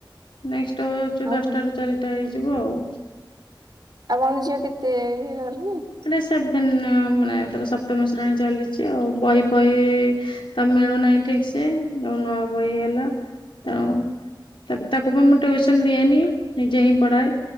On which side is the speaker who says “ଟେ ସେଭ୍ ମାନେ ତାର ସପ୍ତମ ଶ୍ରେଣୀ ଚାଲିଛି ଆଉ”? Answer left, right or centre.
Left